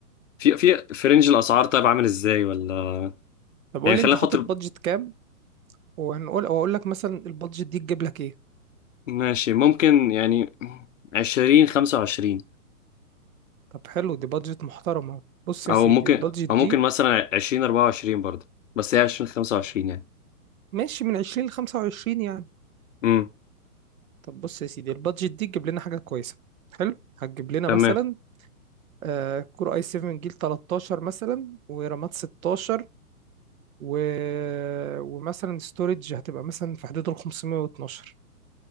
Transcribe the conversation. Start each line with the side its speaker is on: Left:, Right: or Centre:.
Left: في في في رينج الاسعار طيب عامل ازاي ولا
Right: طب قول
Left: يعني
Right: لي
Left: خلينا
Right: انت حاطط
Left: نحط
Right: بادجت كام وهنقول واقول لك مثلا البادجت دي تجيب لك ايه
Left: ماشي ممكن يعني عشرين خمسة وعشرين
Right: طب حلو دي بادجت محترمة بص يا
Left: أو
Right: سيدي
Left: ممكن
Right: البادجت دي
Left: أو ممكن مثلا عشرين أربعة وعشرين برضه بس هي عشرين خمسة وعشرين يعني
Right: ماشي من 20 ل 25 يعني
Left: امم
Right: طب بص يا سيدي البادجت دي تجيب لنا حاجة كويسة حلو هتجيب لنا
Left: تمام
Right: مثلا آه كور اي 7 جيل 13 مثلا ورامات 16 و... ومثلا ستورج هتبقى مثلا في حدود ال 512